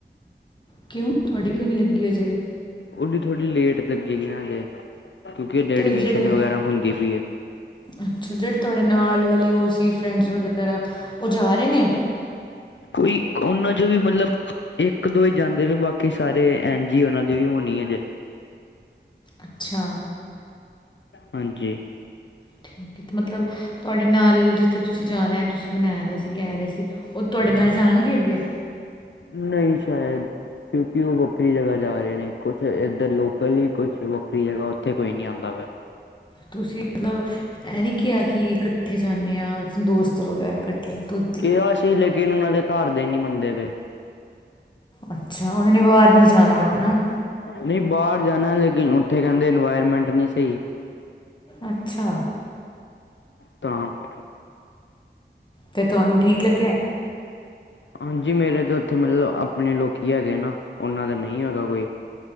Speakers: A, on the left; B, on the left.
A: ਕਿਉਂ ਤੁਹਾਡੇ ਕਿਉਂ ਨੀ ਲੱਗੀ ਅਜੇ
B: ਉਹਦੀ ਥੋੜੀ ਲੇਟ ਲੱਗੇਗੀ ਨਾ ਹੱਲੇ ਕਿਉਂਕਿ ਜੇ
A: ਤੇ
B: ਐਡਮਿਸ਼ਨ
A: ਜਿਹੜੇ
B: ਵਗੈਰਾ ਹੁੰਦੀ ਪਈ ਏ।
A: ਅੱਛਾ ਜਿਹੜੇ ਤੁਹਾਡੇ ਨਾਲ ਵਾਲੇ ਉਹ ਸੀ ਫਰੈਂਡਸ ਵਗੈਰਾ ਉਹ ਜਾ ਰਹੇ ਨੇ।
B: ਕੋਈ ਉਹਨਾਂ ਚੋਂ ਵੀ ਮਤਲਬ ਇੱਕ ਦੋ ਹੀ ਜਾਂਦੇ ਵੀ ਬਾਕੀ ਸਾਰੇ ਐਨ ਜੀ ਉਹਨਾਂ ਦੀ ਵੀ ਹੋਣੀ ਹੈਜੇ
A: ਅੱਛਾ
B: ਹਾਂਜੀ
A: ਠੀਕ ਹੈ ਮੱਤਲਬ ਤੁਹਾਡੇ ਨਾਲ ਜ ਉੱਥੇ ਤੁਸੀਂ ਜਾਣਾ ਹੈ ਤੁਸੀਂ ਬਣਾਇਆ ਦਾ ਸੀ ਕਹਿ ਰਹੇ ਸੀ ਉਹ ਤੁਹਾਡੇ ਨਾਲ ਜਾਣਗੇ ਅੱਗੇ
B: ਨਹੀਂ ਸ਼ਾਇਦ ਕਿਉਂਕਿ ਉਹ ਵੱਖਰੀ ਜਗ੍ਹਾ ਜਾ ਰਹੇ ਨੇ ਕੁਛ ਇੱਧਰ ਲੋਕਲ ਹੀ ਕੁਛ ਵੱਖਰੀ ਜਗ੍ਹਾ ਉੱਥੇ ਕੋਈ ਨਹੀਂ ਆਉਂਦਾ ਵਾ
A: ਤੁਸੀਂ ਮਤਲਬ ਇਹ ਨੀ ਕਿਹਾ ਕਿ ਕੱਠੇ ਜਾਂਣੇ ਆ ਦੋਸਤ ਵਗੈਰਾ ਕੱਠੇ ਦੁ
B: ਕਿਹਾ ਸੀ ਲੇਕਿਨ ਉਹਨਾਂ ਦੇ ਘਰ ਦੇ ਨਹੀਂ ਮੰਨਦੇ ਪਏ।
A: ਅੱਛਾ ਉਹਨਾਂ ਨੇ ਵਾਰ ਨੀ ਜਾਣਾ ਹੋਣਾ ਨਾ।
B: ਨਹੀਂ ਬਾਹਰ ਜਾਣਾ ਲੇਕਿਨ ਉੱਥੇ ਕਹਿੰਦੇ ਇਨਵਾਇਰਮੈਂਟ ਨਹੀਂ ਸਹੀ
A: ਅੱਛਾ
B: ਤਾਂ ਫ
A: ਤੇ ਤੁਹਾਨੂੰ ਠੀਕ ਲੱਗਿਆ।
B: ਹਾਂਜੀ ਮੇਰੇ ਤਾਂ ਉੱਥੇ ਮਤਲਬ ਆਪਣੇ ਲੋਕੀ ਹੈਗੇ ਨਾ ਉਹਨਾਂ ਦਾ ਨਹੀਂ ਹੈਗਾ ਕੋਈ